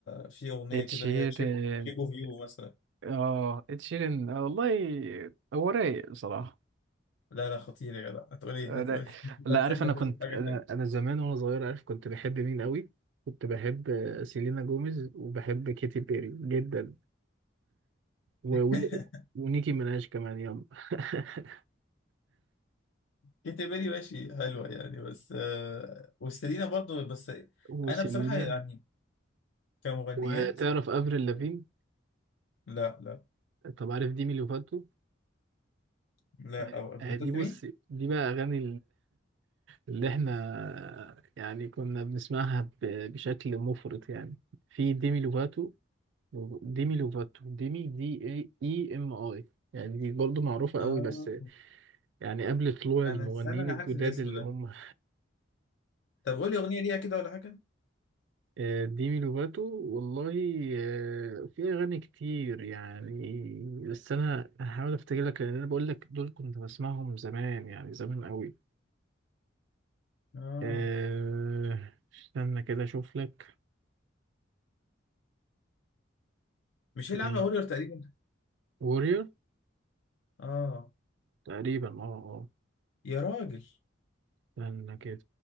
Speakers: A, on the left; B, on the right.
A: في اغنيه
B: <laughs> ed
A: كده
B: شيرين
A: اللي هي شيب شيب اوف يو مثلا
B: اه ed شيرين آه، والله هو رايق بصراحة
A: لا لا خطير يا جدع هتقول ايه
B: آه،
A: هتقول
B: لا
A: ايه
B: لا
A: <laughs> أنت
B: عارف
A: شكلك
B: انا كنت
A: هتقول حاجه
B: انا
A: تانيه
B: انا زمان وانا صغير عارف كنت بحب مين قوي كنت بحب آه، سيلينا جوميز وبحب كيتي بيري جدا و...
A: <laughs>
B: ون- ونيكي ميناج كمان يلا <laughs>
A: كيتي بيري ماشي حلوه يعني بس آه، وستيلينا برضو بس
B: وسيلينا
A: انا بصراحه يعني كمغنيات
B: وتعرف افريل
A: آه،
B: لافين
A: لا لا
B: طب عارف ديمي لوفاتو
A: لا
B: آه،
A: أو... انت
B: آه، دي
A: قلت
B: بص
A: مين؟
B: دي بقى اغاني اللي احنا يعني كنا بنسمعها ب- بشكل مفرط يعني في ديمي لوفاتو ديمي لوفاتو ديمي دي اي اي ام اي يعني دي برضه معروفة قوي
A: اه
B: بس يعني قبل طلوع المغنيين
A: انا استنى انا
B: الجداد
A: عارف الاسم
B: اللي
A: ده
B: هم
A: طب قول لي اغنيه ليها كده ولا حاجه
B: آه، ديمي لوفاتو والله آه، في أغاني كتير يعني بس أنا هحاول أفتكر لك لأن أنا بقول لك دول كنت بسمعهم زمان يعني زمان قوي
A: اه
B: آه، استنى كده أشوف لك
A: مش هي
B: يعني
A: اللي عامله هولير تقريبا
B: وورير
A: اه
B: تقريبا اه آه.
A: يا راجل
B: استنى كده